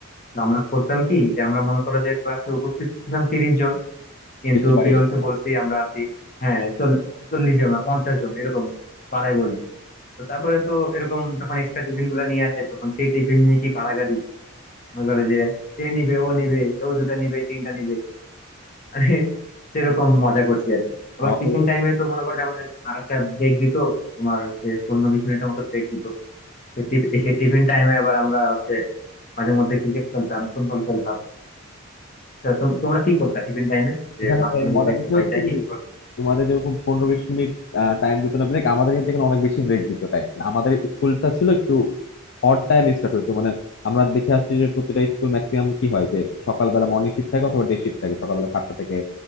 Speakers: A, on the left; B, on the left.
A: তো আমরা করতাম কি যে আমরা মনে করো যে ক্লাসে উপস্থিত ছিলাম তিরিশ জন কিন্তু
B: বেশি বাড়িয়ে
A: পিয়নকে
B: দিত।
A: বলছি আমরা আছি হ্যাঁ চল- চল্লিশ জন না পঞ্চাশ জন এরকম পাড়ায় বলি তো তারপরে তো এরকম যখন এক্সট্রা টিফিন গুলা নিয়ে আসে তখন সেই টিফিন নিয়ে কি কাড়াকাড়ি মনে করে যে এ নিবে ও নিবে ও দুটা নিবে তিনটা নিবে মানে সেরকম মজা করছি আর কি আবার
B: আমাদের
A: টিফিন টাইমে তো মনে করো যে আমাদের একটা ব্রেক দিত তোমার হচ্ছে পনেরো বিশ মিনিটের মতো ব্রেক দিত সে টিফ- সেই টিফিন টাইমে আবার আমরা হচ্ছে মাঝে মধ্যে ক্রিকেট খেলতাম ফুটবল খেলতাম তো তোম- তোমরা কি করতা টিফিন টাইমে যে
B: এখানে
A: মাঝখানে
B: এই
A: যে
B: মজার
A: ব্রেক
B: বিষয়
A: পাইতা
B: হচ্ছে
A: কি
B: যে
A: কি করতে
B: তোমাদের যেরকম পনেরো বিশ মিনিট টাইম দিত না ব্রেক আমাদের কিন্তু এখানে অনেক বেশি ব্রেক দিত টাইম আমাদের স্কুলটা ছিল একটু অড টাইম স্টার্ট হতো মানে আমরা দেখে আসছি যে প্রতিটা স্কুল ম্যাক্সিমাম কি হয় যে সকালবেলা মর্নিং শিফট থাকে অথবা ডে শিফট থাকে সকালবেলা সাতটা থেকে